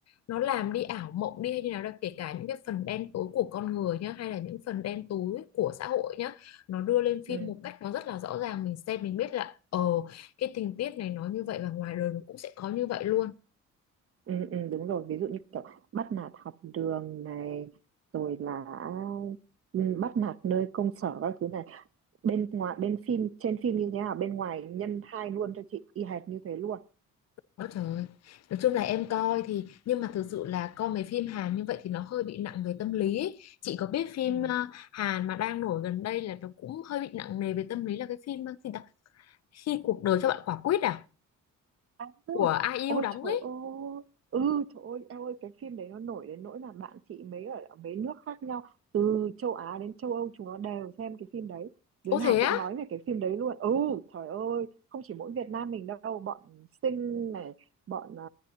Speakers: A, on the left (about 60°); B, on the right (about 50°).
A: nó làm đi ảo mộng đi hay như nào đâu, kể cả những cái phần đen tối của con người nhá hay là những phần đen tối của xã hội nhá, nó đưa lên phim
B: ừ,
A: một cách nó rất là rõ ràng, mình xem mình biết là ờ cái tình tiết này nó như vậy và ngoài đời nó cũng sẽ có như vậy luôn.
B: ừ, ừ, đúng rồi ví dụ như kiểu bắt nạt học đường này rồi là ừ, bắt nạt nơi công sở các thứ này bên ngoài bên phim trên phim như thế nào bên ngoài nhân hai luôn cho chị y hệt như thế luôn
A: Ôi trời Nói chung là em coi thì nhưng mà thực sự là coi mấy phim Hàn như vậy thì nó hơi bị nặng về tâm lý ấy. Chị có biết phim
B: ừ.
A: ờ, Hàn mà đang nổi gần đây là nó cũng hơi bị nặng nề về tâm lý là cái phim ờ, gì đó Khi cuộc đời cho bạn quả quýt à
B: À,
A: của Ai yêu
B: ôi
A: đóng
B: trời
A: ấy
B: ơi ừ trời ơi em ơi cái phim đấy nó nổi đến nỗi là bạn chị mấy ở mấy nước khác nhau từ châu Á đến châu Âu chúng nó đều xem cái phim đấy đứa
A: Ô
B: nào
A: thế
B: cũng
A: á
B: nói về cái phim đấy luôn ừ trời ơi không chỉ mỗi Việt Nam mình đâu bọn Sing này bọn à,